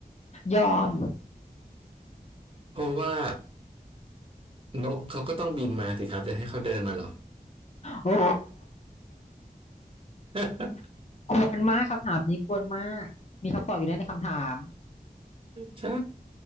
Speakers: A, on the left (about 45°); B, on the right (about 35°).
A: ยอม
B: เพราะว่านกเขาก็ต้องบินมาสิครับจะให้เขาเดินมาเหรอ
A: โอ้
B: <laughs>
A: <laughs> กวนมากคำถามนี้กวนมากมีคำตอบอยู่แล้วในคำถาม
B: ใช่